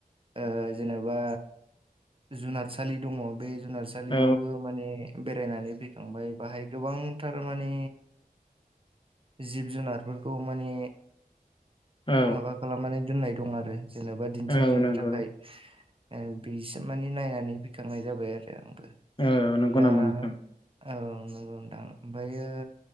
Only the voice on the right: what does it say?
ओ जेनेबा जुनारसालि दङ बे जुनस सालियावबो
माने बेरायनानै फैखांबाय बाहाय गोबांथार मानि जिब जुनारफोरखौ माने
माबा खालामनानै दोननाय दं आरो जेनेबा दिन्थिफुंनो
थाखाय ओ बेसिम माने नायनानै फैखांनाय जाबाय आरो आंबो
दा
औ नंगौ नोंथां आमफायो